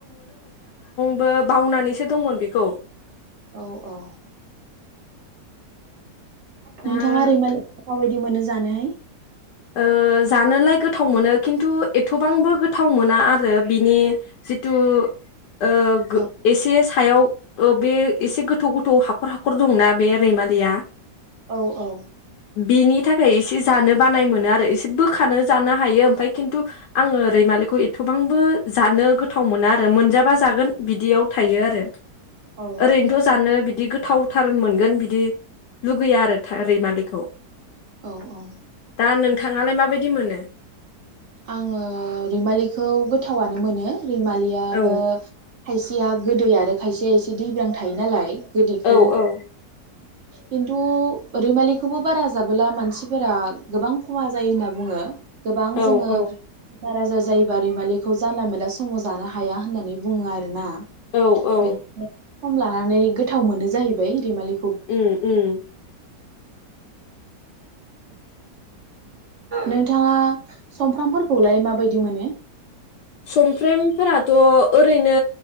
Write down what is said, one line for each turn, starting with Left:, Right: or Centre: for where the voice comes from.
Left: ओ बावनानैसो दंमोन बेखौ
Right: औ औ
Left: दा
Right: नोंथाङा रैमालि माबायदि मोनो जानो?
Left: ओ जानोलाय गोथाव मोनो खिन्थु एथ'बांबो गोथाव मोना आरो बिनि जिथु ओ गो-एसे
Right: औ
Left: सायाव बे एसे गोथौ गोथौ हाखर हाखर दंना बे रैमालिया।
Right: औ औ।
Left: बिनि थाखाय एसे जानो बानाय मो नो आरो। एसे बोखानो जानो हायो। ओमफ्राय खिन्थु आङो ओरैमालिखौ एथ'बांबो जानो गोथाव मोना आरो मोनजाबा जागोन बिदियाव थायो आरो।
Right: औ
Left: ओरैनोथ' जानो बिदि गो थावथार मोनगोन बिदि लुगैया आरो रैमालिखौ।
Right: औ औ।
Left: दा नोंथाङालाय माबायदि मोनो?
Right: आङो रैमालिखौ गोथावानो मोनो। रैमालियाबो
Left: औ
Right: खायसेया गोदै आरो खायसेया एसे दैब्रां थायो नालाय। गोदैखौ
Left: औ औ
Right: खिन्थु रैमालिखौबो बारा जाबोला मानसिफोरा गोबां खहा जायो होनना बुङो। गोबां जोङो
Left: औ औ
Right: बेमार आजार जायोबा रैमालिखौ जानला मानला समाव जानो हाया होननानै बुङो आरोना।
Left: औ औ
Right: <inaudible> सम लानानै गोथाव मोनो जाहैबाय रैमालि
Left: उम उम।
Right: नोंथाङा समफ्रामफोरखौलाय माबायदि मोनो?
Left: सुमफ्रेमफोराथ' ओरैनो